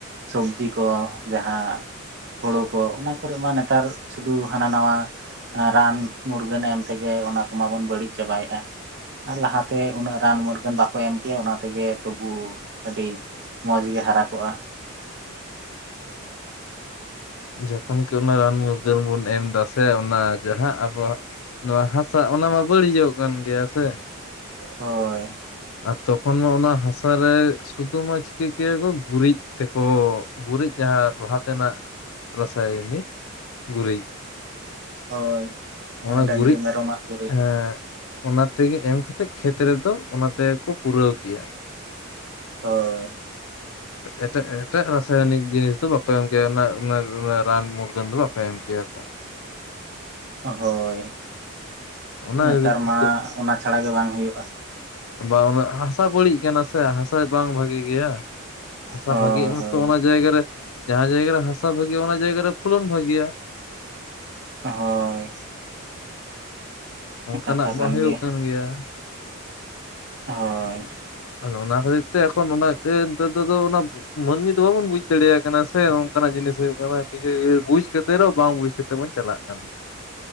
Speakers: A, on the right (about 55°); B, on the left (about 70°).
A: ᱥᱚᱵᱽᱡᱤ ᱠᱚ ᱡᱟᱦᱟᱸ ᱦᱩᱲᱩ ᱠᱚ ᱚᱱᱟ ᱠᱚᱨᱮ ᱢᱟ ᱱᱮᱛᱟᱨ ᱥᱩᱫᱷᱩ ᱦᱟᱱᱟ ᱱᱟᱣᱟ ᱨᱟᱱ ᱢᱩᱨᱜᱟᱹᱱ ᱮᱢ ᱛᱮᱜᱮ ᱚᱱᱟ ᱠᱚᱢᱟᱵᱚᱱ ᱵᱟᱹᱲᱤᱡ ᱪᱟᱵᱟᱭᱮᱫᱼᱟ ᱟᱨ ᱞᱟᱦᱟᱛᱮ ᱩᱱᱟᱹᱜ ᱨᱟᱱ ᱢᱩᱨᱜᱟᱹᱱ ᱵᱟᱼ -ᱠᱚ ᱮᱢ ᱠᱮᱭᱟ ᱚᱱᱟ ᱛᱮᱜᱮ ᱛᱚᱵᱩ ᱟᱹᱰᱤ ᱢᱚᱸᱡᱽ ᱜᱮ ᱦᱟᱨᱟ ᱠᱚᱜᱼᱟ ᱾
B: ᱡᱚᱠᱷᱚᱱ ᱠᱤ ᱚᱱᱟ ᱨᱟᱱ ᱢᱩᱨᱜᱟᱹᱱ ᱵᱚᱱ ᱮᱢ ᱫᱟ ᱥᱮ ᱚᱱᱟ ᱡᱟᱦᱟᱸ ᱟᱵᱚᱣᱟᱜ ᱱᱚᱣᱟ ᱦᱟᱥᱟ ᱚᱱᱟ ᱢᱟ ᱵᱟᱹᱲᱤᱡᱚᱜ ᱠᱟᱱ ᱜᱮᱭᱟ ᱥᱮ
A: ᱦᱳᱭ
B: ᱟᱨ ᱛᱚᱠᱷᱚᱱ ᱢᱟ ᱚᱱᱟ ᱦᱟᱥᱟ ᱨᱮ ᱥᱩᱛᱩᱢᱟ ᱪᱤᱠᱟᱹ ᱠᱮᱭᱟ ᱠᱚ ᱜᱩᱨᱤᱡ ᱛᱮᱠᱚ ᱜᱩᱨᱤᱡ ᱡᱟᱦᱟᱸ ᱞᱟᱦᱟ ᱛᱮᱱᱟᱜ ᱨᱟᱥᱟᱭᱚᱱᱤᱠ ᱜᱩᱨᱤᱡ ᱾
A: ᱦᱳᱭ ᱡᱟᱦᱟᱸ
B: ᱚᱱᱟ
A: ᱰᱟᱹᱝᱨᱤ
B: ᱜᱩᱨᱤᱡ
A: ᱢᱮᱨᱚᱢᱟᱜ ᱜᱩᱨᱤᱡ
B: ᱮᱸ ᱚᱱᱟ ᱛᱮᱜᱮ ᱮᱢ ᱠᱟᱛᱮᱫ ᱠᱷᱮᱛ ᱨᱮᱫᱚ ᱚᱱᱟ ᱛᱮᱠᱚ ᱯᱩᱨᱟᱹᱣ ᱠᱮᱭᱟ
A: ᱦᱳᱭ
B: ᱮᱴᱟᱜ ᱮᱴᱟᱜ ᱨᱟᱥᱟᱭᱚᱱᱤᱠ ᱡᱤᱱᱤᱥ ᱫᱚ ᱵᱟᱠᱚ ᱮᱢ ᱠᱮᱭᱟ ᱚᱱᱟ ᱨᱟᱱ ᱢᱩᱨᱜᱟᱹᱱ ᱫᱚ ᱵᱟᱠᱚ ᱮᱢ ᱠᱮᱭᱟ ᱠᱚ
A: ᱦᱳᱭ
B: ᱚᱱᱟ
A: ᱱᱮᱛᱟᱨ
B: ᱠᱷᱟᱹᱛᱤᱨ
A: ᱢᱟ
B: ᱛᱮ
A: ᱚᱱᱟ ᱪᱷᱟᱲᱟ ᱜᱮ ᱵᱟᱝ ᱦᱩᱭᱩᱜᱼᱟ ᱾
B: ᱵᱟᱝ ᱩᱱᱟᱹᱜ ᱦᱟᱥᱟ ᱵᱟᱹᱲᱤᱡ ᱠᱟᱱᱟ ᱥᱮ ᱦᱟᱥᱟ ᱵᱟᱝ ᱵᱷᱟᱹᱜᱤ ᱜᱮᱭᱟ ᱾ ᱦᱟᱥᱟ
A: ᱦᱳᱭ
B: ᱵᱷᱟᱜᱤᱜ ᱢᱟ
A: ᱦᱳᱭ
B: ᱛᱚ ᱚᱱᱟ ᱡᱟᱭᱜᱟ ᱨᱮ ᱡᱟᱦᱟᱸ ᱡᱟᱭᱜᱟ ᱨᱮ ᱦᱟᱥᱟ ᱵᱷᱟᱜᱤᱭᱼᱟ ᱚᱱᱟ ᱡᱟᱭᱜᱟ ᱨᱮ ᱯᱷᱚᱞᱚᱱ ᱵᱷᱟᱜᱤᱭᱟ᱾
A: ᱦᱳᱭ
B: ᱚᱱᱠᱟᱱᱟᱜ
A: ᱠᱟᱛᱷᱟ
B: ᱢᱟ ᱦᱩᱭᱩᱜ
A: ᱜᱮ
B: ᱠᱟᱱ ᱜᱮᱭᱟ
A: ᱦᱳᱭ
B: ᱟᱫᱚ ᱚᱱᱟ ᱠᱷᱟᱹᱛᱤᱨ ᱛᱮ ᱮᱠᱷᱚᱱ ᱚᱱᱟᱛᱮ ᱱᱮᱛᱟᱨ ᱫᱚ ᱚᱱᱟ ᱢᱟᱹᱱᱢᱤ ᱫᱚ ᱵᱟᱵᱚᱱ ᱵᱩᱡᱽ ᱫᱟᱲᱮᱭᱟᱜ ᱠᱟᱱᱟ ᱥᱮ ᱚᱱᱠᱟᱱᱟᱜ ᱡᱤᱱᱤᱥ ᱦᱩᱭᱩᱜ ᱠᱟᱱᱟ, ᱠᱤᱪᱷᱩ ᱵᱩᱡᱽ ᱠᱟᱛᱮ ᱨᱮᱦᱚ ᱵᱟᱝ ᱵᱩᱡᱽ ᱠᱟᱛᱮ ᱵᱚᱱ ᱪᱟᱞᱟᱜ ᱠᱟᱱᱟ ᱾